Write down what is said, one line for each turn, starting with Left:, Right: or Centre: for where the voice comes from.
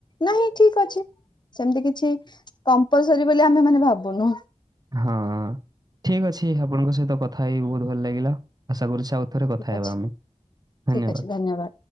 Left: ନାହିଁ ଠିକ୍ ଅଛି ସେମିତି କିଛି କମ୍ପଲସରୀ ବୋଲି ଆମେ ମାନେ ଭାବୁନୁ।
Right: ହଁ ଠିକ୍ ଅଛି ଆପଣଙ୍କ ସହିତ କଥା ବୋହୁତ ଭଲ ଲାଗିଲା ଆଶା କରୁଛି ଆଉ। ଥରେ
Left: ଠିକ
Right: କଥା ହେବା
Left: ଅଛି
Right: ଆମେ ଧନ୍ୟବାଦ।
Left: ଠିକ ଅଛି ଧନ୍ୟବାଦ।